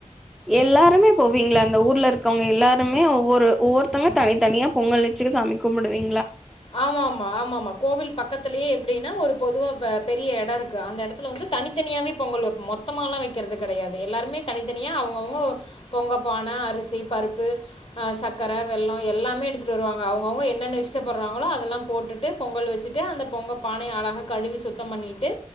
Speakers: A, in the centre; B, on the left (about 40°).
A: எல்லாருமே போவீங்களா அந்த ஊர்ல இருக்கவங்க எல்லாருமே ஒவ்வொரு ஒவ்வொருத்தங்க தனித்தனியா பொங்கல் வச்சுக்க சாமி கும்பிடுவேன்
B: ஆமாம்மா ஆமாம்மா கோவில் பக்கத்துலேயே எப்டின்னா ஒரு பொதுவாக பெரிய இடம் இருக்குது அந்த இடத்துல வந்து தனித்தனியாகவே பொங்கல் வப்போம் மொத்தமலாம் வக்கிறது கெடயாது எல்லாருமே தனித்தனியாக அவங்கவுங்க பொங்கல் பான அரிசி பருப்பு சர்க்கரை வெல்லம் எல்லாமே எடுத்துட்டு வருவாங்க அவங்கவுங்க என்னென்ன இஷ்ட வராங்களோ அதெல்லாம் போட்டுட்டு பொங்கல் வச்சிட்டு அந்தப் பொங்க பானய அழகா கழுவி சுத்தம் பண்ணிட்டு